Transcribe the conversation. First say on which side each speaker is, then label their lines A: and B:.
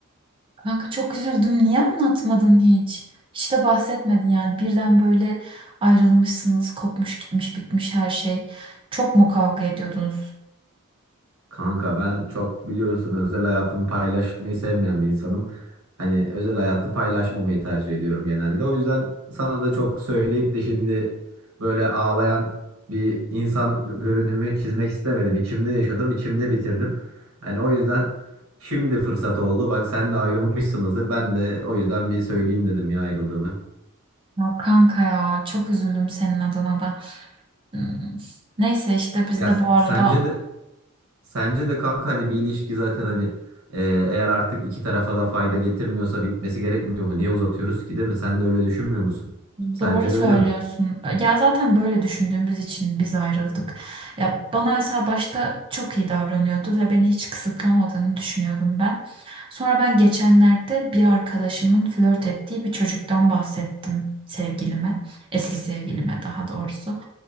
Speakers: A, on the right (about 25°); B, on the right (about 80°).
A: Kanka çok üzüldüm. Niye anlatmadın hiç? Hiç de bahsetmedin yani. Birden böyle ayrılmışsınız. Kopmuş gitmiş bitmiş her şey. Çok mu kavga ediyordunuz?
B: Kanka ben çok biliyorsun özel hayatımı paylaşmayı sevmeyen bir insanım. Hani özel hayatı paylaşmamayı tercih ediyorum genelde. O yüzden sana da çok söyleyip de şimdi böyle ağlayan bir insan görünümü çizmek istemedim. İçimde yaşadım, içimde bitirdim. Hani o yüzden şimdi fırsat oldu. Bak sen de ayrılmışsınızdır. Ben de o yüzden bir söyleyeyim dedim ya ayrıldığımı.
A: Ya kanka ya çok üzüldüm senin adına da. Hmm. Neyse işte biz
B: Ya
A: de bu arada
B: sence de Sence de kanka hani bir ilişki zaten hani e, eğer artık iki tarafa da fayda getirmiyorsa bitmesi gerekmiyor mu? Niye uzatıyoruz ki değil mi? Sen de öyle düşünmüyor musun? Sence
A: Doğru söylüyorsun.
B: de öyle mi?
A: Ya zaten böyle düşündüğümüz için biz ayrıldık. Ya bana mesela başta çok iyi davranıyordu ve beni hiç kısıtlamadığını düşünüyordum ben. Sonra ben geçenlerde bir arkadaşımın flört ettiği bir çocuktan bahsettim sevgilime. Eski sevgilime daha doğrusu.